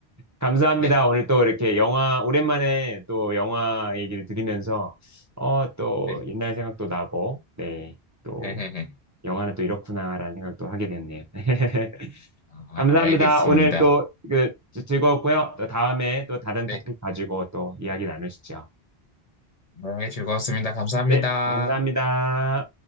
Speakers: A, on the right (about 20°); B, on the left (about 40°).
A: 감사합니다.
B: 네,
A: 오늘 또 이렇게 영화, 오랜만에 또 영화 얘기를 들으면서, 어, 또
B: 네.
A: 옛날 생각도 나고, 네, 또
B: <laughs> 헤헤헤.
A: 영화는 또 이렇구나라는 생각도 하게 됐네요. <laughs>
B: 네. 아,
A: 감사합니다.
B: 알겠습니다.
A: 오늘 또 그, 즐- 즐거웠고요. 또 다음에 또 다른
B: 네.
A: 토픽 가지고 또 이야기 나누시죠.
B: 네, 즐거웠습니다. 감사합니다.
A: 네, 감사합니다.